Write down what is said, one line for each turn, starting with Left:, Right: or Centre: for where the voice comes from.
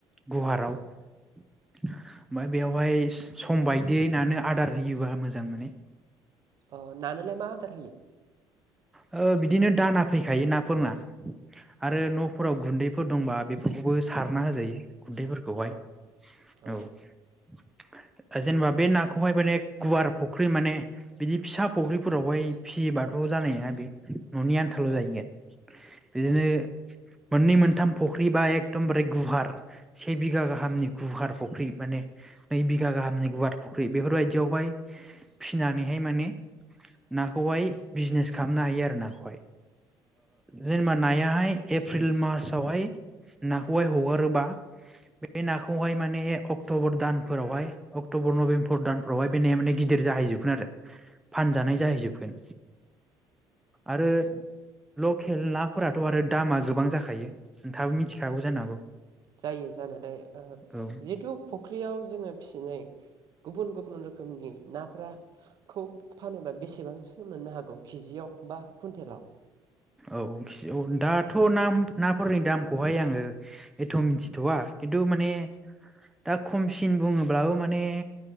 Centre: गुहाराव ओमफ्राय
Right: औ
Centre: बेवहाय सम बायदियै नानो आदार होयोबा मोजां माने
Right: अ नान'लाय मा होदार होयो?
Centre: अ बिदिनो दाना फैखायो नाफोरना आरो
Right: औ
Centre: न बेफोर दंबा बेफोरखौबो सारना होजायो। गुन्दैफोरखौहाय
Right: औ औ
Centre: औ जेनेबा बे नाखौहाय माने गुवार फुख्रि माने बिदि फिसा फुख्रिफोरावहाय फिसियोबाथ' जानाय नङा बे न'नि आन्थाल'
Right: औ
Centre: जाहैगोन बिदिनो
Right: औ
Centre: मोननै मोनथाम फुख्रि बा एखदमबारे गुवार से बिगा गाहामनि गुवार फख्रि माने नै बिगा गाहामनि गुवार फुख्रि बेफोरबायदियावहाय फिसिनानैहाय माने नाखौहाय बिजनेस खालामनो हायो आरो नाखौहाय। जेनेबा नायाहाय एप्रिल मार्चावहाय नाखौहाय हगारोबा बे नाखौहाय माने अक्ट'बर दानफोरावहाय अक्टबर नभेम्बर दानफोरावहाय बे माने गिदिर जाहैजोबगोन आरो फानजानाय
Right: उम
Centre: जाहैजोबगोन। आरो लकेल नाफोराथ' आरो दामा गोबां जाखायो नोंथाङाबो मिथिखागौ
Right: औ
Centre: जानो हागौ।
Right: जायो जानोथाय जिहेथु
Centre: औ
Right: फुख्रियाव जोङो फिसिनाय गुबुन गुबुन रोखोमनि ना फोरा खौ फानोबा बेसे सेबां सो मोननो हागौ केजियाव बा कुइन्टेलाव
Centre: औ औ दाथ' ना नाफोरनि दामखौहाय आङो एथ' मिथिथ'वा खिनथु माने दा खमसिन बुङोब्लाबो माने